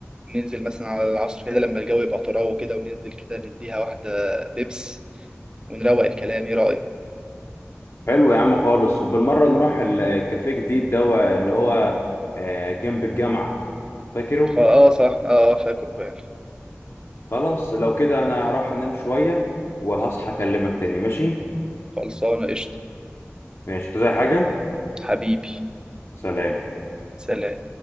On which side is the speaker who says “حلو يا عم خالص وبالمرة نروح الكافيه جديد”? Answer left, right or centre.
Left